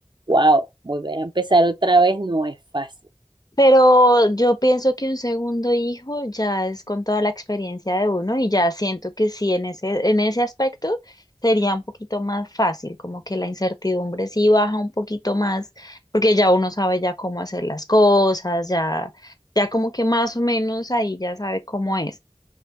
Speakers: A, on the right (about 45°); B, on the left (about 35°).
A: wow, volver a empezar otra vez no es fácil.
B: Pero yo pienso que un segundo hijo ya es con toda la experiencia de uno y ya siento que sí, en ese, en ese aspecto sería un poquito más fácil, como que la incertidumbre sí baja un poquito más, porque ya uno sabe ya cómo hacer las cosas, ya, ya como que más o menos ahí ya sabe cómo es.